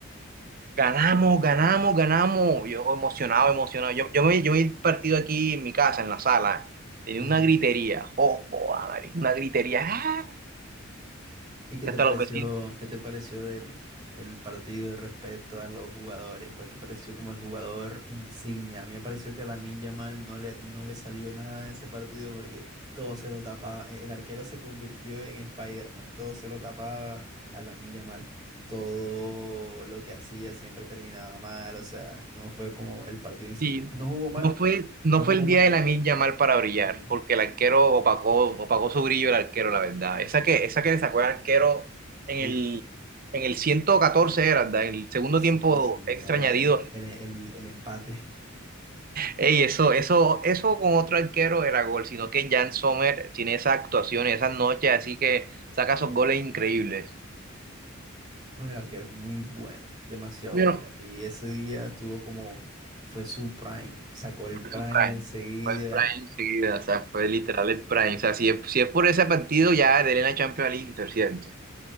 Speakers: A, on the right; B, on the right.
A: ganamos, ganamos, ganamos. Yo emocionado, emocionado. Yo, yo me, yo me he partido aquí en mi casa, en la sala, tenía
B: Ujú.
A: una gritería, ojo, marica, una gritería, ¡ah!
B: ¿Y qué
A: hasta
B: te pareció,
A: los vecinos.
B: qué te pareció del el partido respecto a los jugadores? ¿Cuál te pareció como el jugador insignia? A mí me pareció que a Lamine Yamal no le, no le salió nada de ese partido porque todo se lo tapaba. E- El arquero se convirtió en Spider-Man, todo se lo tapaba a Lamine Yamal. Todo lo que hacía siempre terminaba mal, o sea, no fue como el partido insignia.
A: Sí,
B: No jugó mal,
A: no fue, no
B: no
A: fue
B: jugó
A: el
B: mal
A: día de la milla mal para brillar,
B: y
A: porque el arquero opacó, opacó su brillo el arquero, la verdad. Esa que, esa que le sacó el arquero en
B: uff,
A: el, en el 114 era, ¿verdad? En el segundo
B: sí,
A: tiempo
B: sí,
A: extra
B: ya era
A: añadido.
B: el, el el empate.
A: Ey, eso, eso, eso con otro arquero era gol, sino que Jan Sommer tiene esas actuaciones, esas noches, así que saca esos goles increíbles.
B: No, el arquero es muy bueno, demasiado
A: Bueno,
B: bueno. Y ese día estuvo como, fue su prime, sacó el
A: Fue
B: prime
A: su prime.
B: enseguida.
A: Fue en prime enseguida, o sea, fue literal el prime. O sea, si es, si es por ese partido, ya de la Champions al Inter, ¿cierto?